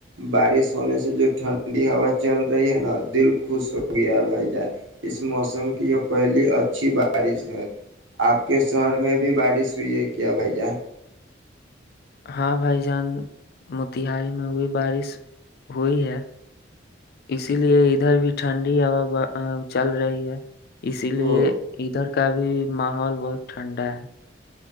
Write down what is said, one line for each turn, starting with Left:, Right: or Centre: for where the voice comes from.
Right: بارش ہونے سے جو ٹھنڈی ہوا چل رہی ہے نا دل خوش ہو گیا ہے بھائی جان اس موسم کی یہ پہلی اچھی بارش ہے آپ کے شہر میں بھی بارش ہوئی ہے کیا بھائی جان
Left: ہاں بھائی جان موتیہاری میں ہوئی بارش ہوئی ہے اسی لیے ادھر بھی ٹھنڈی ہا چل رہی ہے اسی لیے
Right: او
Left: ادھر کا بھی ماحول بہت ٹھنڈا ہے